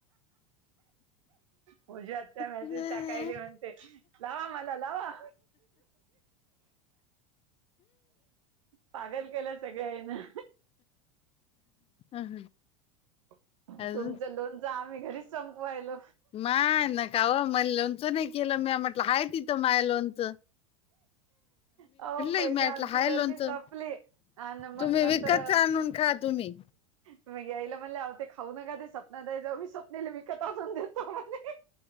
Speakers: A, on the right; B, on the left.
A: पूजा आत्या मॅसेज
B: अं,
A: टाकायले म्हणते. लावा मला लावा. पागल केलं सगळ्यांना.
B: अह,
A: तुमचं
B: अजून
A: लोनचं आम्ही घरीच संपवायलो.
B: हा नका हो मला लोनचं नाही केलं मी म्हटलं आहे तिथं माय लोनचं.
A: अहो पहिली
B: मी म्हटलं
A: आमची
B: हाय
A: बरणी
B: लोणचं
A: संपली. आणि मग
B: तुम्ही
A: नंतर
B: विकतच आणून खा तुम्ही
A: मग याईला म्हणले आव ते खाऊ नका ते स्वप्ना ताईचा स्वपनेला वीकत असून देतो आम्ही.